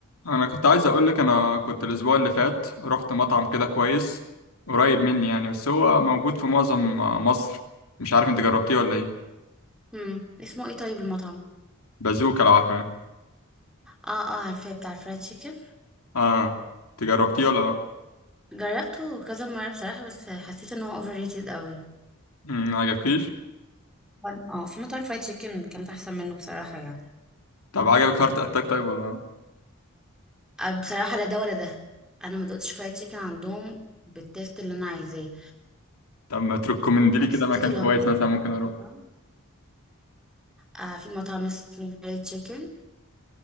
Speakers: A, on the left; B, in the centre.
A: انا كنت عايز اقول لك انا كنت الاسبوع اللي فات رحت مطعم كده كويس قريب مني يعني بس هو موجود في معظم مصر مش عارف انت جربتيه ولا ايه
B: امم اسمه ايه طيب المطعم
A: بازوكا لو عارفه
B: اه اه عارفاه بتاع الفرايد تشيكن
A: اه انت جربتيه ولا لا
B: جربته كذا مره بصراحه بس حسيت ان هو اوفر ريتد قوي
A: مم، ما عجبكيش
B: وان- اه في مطاعم فرايد تشيكن كانت احسن منه بصراحه يعني
A: طب عجبك هارت اتاك طيب ولا لا؟
B: آه، بصراحه لا ده ولا ده انا ما دقتش فرايد تشيكن عندهم بالتيست اللي انا عايزاه
A: طب ما تركمندي لي
B: حسيت
A: كده مكان
B: اللي
A: كويس
B: هو
A: مثلا
B: بطريقه
A: ممكن اروح
B: آه في مطعم اسمه فرايد تشيكن